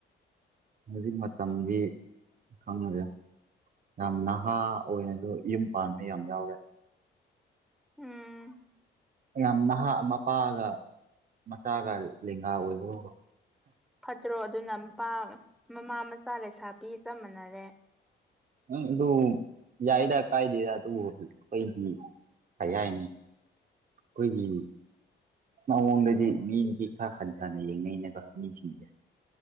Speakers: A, on the right; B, in the centre.
A: ꯍꯧꯖꯤꯛ ꯃꯇꯝꯗꯤ ꯈꯪꯅꯨꯔꯦ ꯌꯥꯝ ꯅꯍꯥ ꯑꯣꯏꯅ ꯑꯗꯨ ꯌꯨꯝ ꯄꯥꯟꯕ ꯌꯥꯝ ꯌꯥꯎꯔꯦ
B: ꯎꯝ
A: ꯌꯥꯝ ꯅꯍꯥ ꯃꯄꯥꯒ ꯃꯆꯥꯒ ꯂꯦꯡꯒꯥ ꯑꯣꯏꯕꯕ
B: ꯐꯠꯇ꯭ꯔꯣ ꯑꯗꯨꯅ ꯃꯄꯥ ꯃꯃꯥ ꯃꯆꯥ ꯂꯩꯁꯥ ꯄꯤ ꯆꯞ ꯃꯅꯔꯦ
A: ꯑ ꯑꯗꯨ ꯌꯥꯏꯗ ꯀꯥꯏꯗꯦ ꯑꯗꯨ ꯀꯩꯒꯤ ꯀꯌꯥꯅꯤ ꯑꯩꯈꯣꯏꯒꯤ ꯃꯑꯣꯡꯗꯗꯤ ꯃꯤꯅꯗꯤ ꯈꯔ ꯈꯟꯊꯅ ꯌꯦꯡꯅꯅꯕ ꯃꯤꯁꯤꯡꯁꯦ